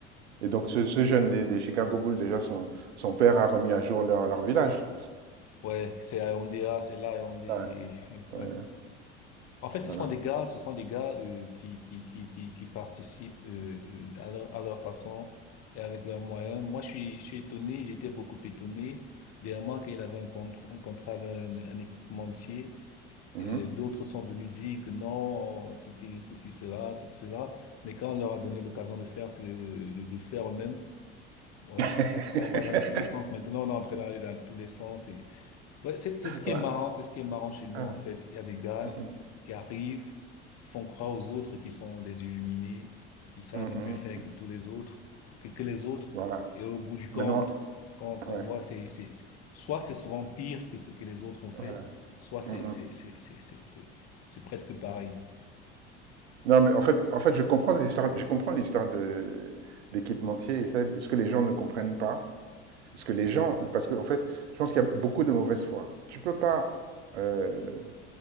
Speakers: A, on the right; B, on the left.
A: et donc ce, ce jeune des, des Chicago Bulls, déjà, son, son père a remis à jour leur, leur village.
B: ouais c'est à Yaoundé là c'est là à Yaoundé
A: Ouais,
B: <laughs>
A: ouais,
B: ouais En fait,
A: voilà.
B: ce sont des gars, ce sont des gars euh, qui, qui, qui, qui, qui participent euh, euh, à leur, à leur façon et avec leurs moyens. Moi, je suis, je suis étonné, j'étais beaucoup étonné. Dernièrement, qu'il avait un, contrat un contrat avec un, un équipementier,
A: Mhm.
B: euh, d'autres sont venus dire que non, c'était ceci, cela, ceci, cela. Mais quand on leur a donné l'occasion de faire, c'est euh, de, de faire eux-mêmes, ouais.
A: <laughs>
B: On va dans tous les sens. Maintenant, on est en train d'aller dans tous les sens Ouais, c'est, c'est ce qui
A: Ouais.
B: est marrant, c'est ce qui est marrant chez nous,
A: Ah,
B: en fait. Il y a des gars
A: mm,
B: qui arrivent, font croire aux autres qu'ils sont des illuminés, qu'ils savent
A: mm, mm,
B: mieux faire
A: mm.
B: que tous les autres, que, que les autres.
A: Voilà.
B: Et au bout du
A: Maintenant,
B: compte, quand, quand
A: ouais,
B: on voit, c'est, c'est, c'est- soit c'est souvent pire que ce que les autres ont fait,
A: voilà.
B: soit c'est,
A: Mm,
B: c'est, c'est, c'est, c'est, c'est, c'est presque pareil.
A: Non, mais en fait, en fait, je comprends l'histoire, je comprends l'histoire de d'équipementier et ça, ce que les gens ne comprennent pas, ce que les gens, parce que en fait, je pense qu'il y a beaucoup de mauvaise foi. Tu peux pas euh,